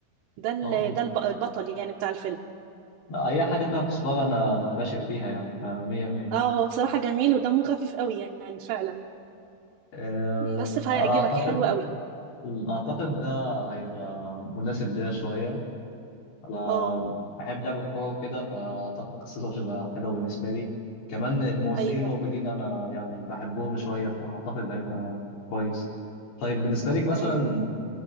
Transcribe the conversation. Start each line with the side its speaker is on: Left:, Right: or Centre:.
Right: ده ال-
Left: اه
Right: ده الب- البطل يعني بتاع الفيلم
Left: آه. اي حاجة فيها كزبرة انا انا راشق فيها يعني فمية مية
Right: اه هو بصراحة جميل ودمه خفيف قوي يعني فعلا
Left: آه،
Right: بس فهيعجبك
Left: انا اعتقد
Right: حلو قوي
Left: اعتقد ده هيبقى مناسب ليا شوية انا
Right: اه
Left: بحب لعب الكورة وكده فاعتقد قصته هتبقى حلوة بالنسبة لي كمان الممثلين
Right: ايوه
Left: الموجودين انا يعني بحبهم شوية فاعتقد هيبقى كويس طيب بالنسبة لك مثلا
Right: فعلا